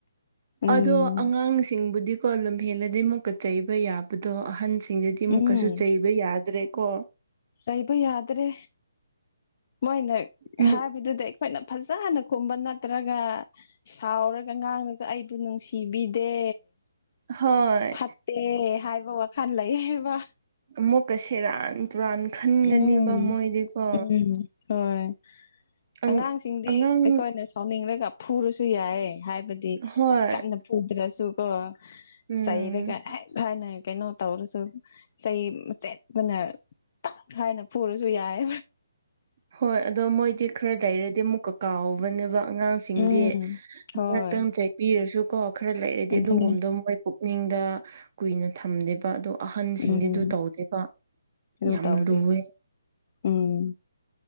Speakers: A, on the left; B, on the right.
A: ꯎꯝ
B: ꯑꯗꯣ ꯑꯉꯥꯡꯁꯤꯡꯕꯨꯗꯤꯀꯣ ꯂꯝꯍꯦꯜꯂꯗꯤꯩꯃꯨꯛꯀ ꯆꯩꯕ ꯌꯥꯕꯗꯣ ꯑꯍꯟꯁ ꯁꯤꯡꯗꯗꯤ ꯑꯃꯨꯛꯀꯩꯁꯨ
A: ꯎꯝ
B: ꯆꯩꯕ ꯌꯥꯗ꯭ꯔꯦꯀꯣ
A: ꯆꯩꯕ ꯌꯥꯗ꯭ꯔꯦ ꯃꯣꯏꯅ
B: ꯑꯃꯨꯛ
A: ꯍꯥꯏꯕꯗꯨꯗ ꯑꯩꯈꯣꯏꯅ ꯐꯖ ꯍꯅ ꯀꯨꯝꯕ ꯅꯠꯇ꯭ꯔꯒ ꯁꯥꯎꯔꯒ ꯉꯥꯡꯉꯁꯨ ꯑꯩꯕꯨ ꯅꯨꯡꯁꯤꯕꯤꯗꯦ
B: ꯍꯣꯏ
A: ꯐꯠꯇꯦ ꯍꯥꯏꯕ ꯋꯥꯈꯜ ꯂꯩ ꯍꯥꯏꯕ
B: ꯃꯨ ꯀꯁꯤꯔ ꯇꯨꯔꯥꯟ ꯈꯟꯒꯅꯤꯕ
A: ꯎꯝ
B: ꯃꯣꯏꯗꯤꯀꯣ
A: ꯎꯝ ꯍꯣꯏ
B: ꯑꯪ
A: ꯑꯉꯥꯡꯁꯤꯡꯗꯤ
B: ꯑꯉꯥꯡ
A: ꯑꯩꯈꯣꯏꯅ ꯁꯥꯎꯅꯤꯡꯂꯒ ꯐꯨꯔꯁꯨ ꯌꯥꯏꯦ ꯍꯥꯏꯕꯗꯤ
B: ꯍꯣꯏ
A: ꯀꯟꯅ ꯐꯨꯗ꯭ꯔꯁꯨ ꯀꯣ
B: ꯎꯝ
A: ꯆꯩꯔꯒ ꯍꯦꯛ ꯍꯥꯟꯅ ꯀꯩꯅꯣ ꯇꯧꯔꯁꯨ ꯆꯩ ꯃ ꯆꯦꯠꯄꯅ ꯍꯥꯏꯅ ꯄꯨꯔꯁꯨ ꯌꯥꯏ
B: ꯍꯣꯏ ꯑꯗꯣ ꯃꯣꯏꯗꯤ ꯈꯔ ꯂꯩꯔꯗꯤ ꯑꯃꯨꯛꯀ ꯀꯥꯎꯕꯅꯦꯕ ꯑꯉꯥꯡꯁ ꯁꯤꯡꯗꯤ
A: ꯎꯝ ꯍꯣꯏ
B: ꯉꯥꯛꯇꯪ ꯆꯩꯄꯤꯔꯁꯨ ꯀꯣ ꯈꯔ ꯂꯩꯔꯗꯤ
A: ꯑꯗꯨꯅꯦ
B: ꯑꯗꯨꯒꯨꯝꯕꯗꯣ ꯃꯣꯏ ꯄꯨꯛꯅꯤꯡꯗ ꯀꯨꯏꯅ ꯊꯝꯗꯦꯕ ꯑꯗꯣ ꯑꯍꯟꯁꯤꯡꯗꯤꯗꯨ
A: ꯎꯝ
B: ꯇꯧꯗꯕ
A: ꯑꯗꯨ
B: ꯌꯥꯝ
A: ꯇꯧꯗꯦ
B: ꯂꯨꯏ
A: ꯎꯝ